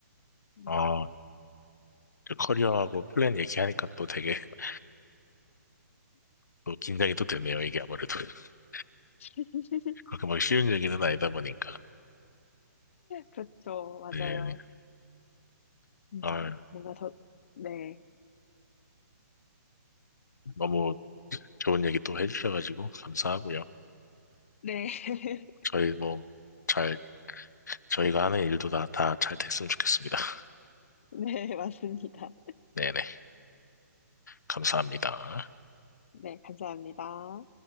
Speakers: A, on the left (about 50°); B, on the left (about 85°).
A: 음.
B: 아, 또 커리어하고 플랜 얘기하니까 또 되게 <laughs> 또 긴장이 또 되네요. 이게 아무래도 <laughs>
A: <laughs>
B: 그렇게 막 쉬운 얘기는 아니다 보니까.
A: 그렇죠 맞아요.
B: 네. 네.
A: 음,
B: 아,
A: 뭔가 더 네.
B: 너무 좋은 얘기 또 해주셔가지고 감사하고요.
A: 네. <laughs>
B: 저희 뭐 잘 저희가 하는 일도 다 다 잘 됐으면 좋겠습니다. <laughs>
A: 네, 맞습니다.
B: 네네. 감사합니다.
A: 네, 감사합니다.